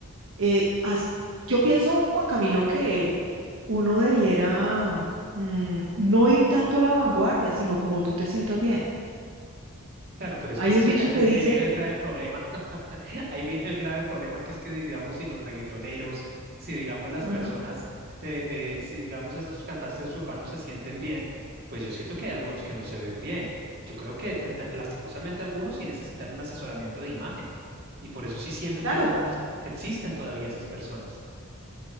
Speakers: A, on the right; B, on the right.
A: eh, as- yo pienso, Juan Camilo, que uno debiera mm, no ir tanto a la vanguardia, sino como tú te sientas bien.
B: claro, pero es
A: Hay
B: que ese-
A: un dicho
B: ahí, ya-
A: que
B: ahí
A: dice,
B: viene el grave problema. <laughs> Ahí viene el grave problema que es que, digamos, si los reggaetoneros, si, digamos, las
A: Ajá.
B: personas, eh, eh, si, digamos, esos cantantes urbanos se sienten bien, pues yo siento que hay algunos que no se ven bien. Yo creo que na- lastimosamente algunos sí necesitan un asesoramiento de imagen y por eso sí siento
A: claro,
B: que hay algunos que existen todavía esas personas.